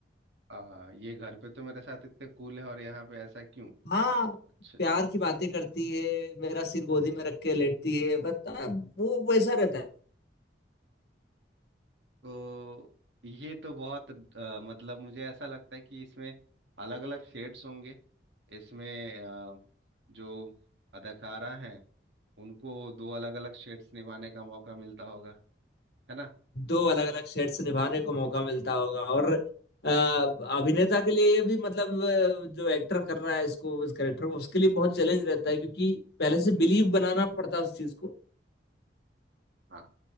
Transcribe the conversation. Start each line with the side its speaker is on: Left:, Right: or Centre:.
Right: आ, ये घर पे तो मेरे साथ इतने कूल है और यहाँ पे ऐसा क्यों
Left: हाँ
Right: अच्छा अच्छा
Left: प्यार की बातें करती है मेरा सिर गोदी में रख के लेटती है बता वो वैसा रहता है
Right: तो ये तो बहुत अ, मतलब मुझे ऐसा लगता है कि इसमें अलग अलग शेड्स होंगे इसमें अ, जो अदाकारा हैं उनको दो अलग अलग शेड्स निभाने का मौका मिलता होगा है ना
Left: दो अलग अलग शेड्स निभाने को मौका मिलता होगा और अ, अभिनेता के लिए ये भी मतलब अ, जो एक्टर कर रहा है इसको इस करेक्टर को उसके लिए बहुत चैलेंज रहता है क्योंकि पहले से बिलीव बनाना पड़ता है उस चीज को
Right: हाँ